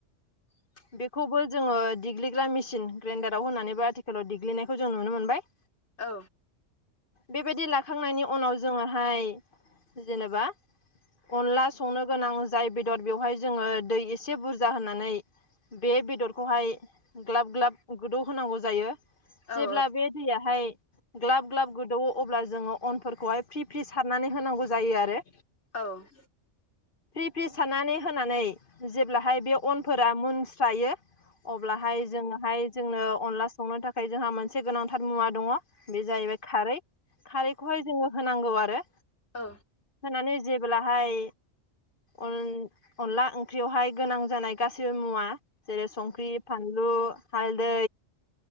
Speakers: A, on the left; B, on the left.
A: <inaudible>
B: बेखौबो जोङो देग्लिग्रा मेसिन ग्राइडाराव होनानैबो आथिखालाव देग्लिनायखौ जों नुनो मोनबाय
A: औ
B: बेबायदि लाखांनायनि उनाव जोङोहाय जेनेबा अनला संनो गोनां जाय बेदर बेवहाय जोङो दै एसे बुरजा होनानै बे बेदरखौहाय ग्लाब ग्लाब गोदौ होनांगौ जायो
A: औ
B: जेब्ला बे दैयाहाय। ग्लाब ग्लाब गोदौवो अब्ला जोङो अनफोरखौहाय फ्रि फ्रि सारनानै होनांगौ जायो आरो।
A: औ।
B: फ्रि फ्रि सारनानै होनानै जेब्लाहाय बे अनफोरा मोनस्रायो। अब्लाहाय जोंहाय जोंनो अनला संनो थाखाय जोंहा मोनसे गोनांथार मुवा दङ'। बे जाहैबाय खारै खारैखौहाय जोङो होनांगौ आरो।
A: ओ।
B: होनानै जेब्लाहाय। अन-अनला ओंख्रियावहाय गोनां जानाय गासिबो मुवा जेरै संख्रि। फानलु हालदै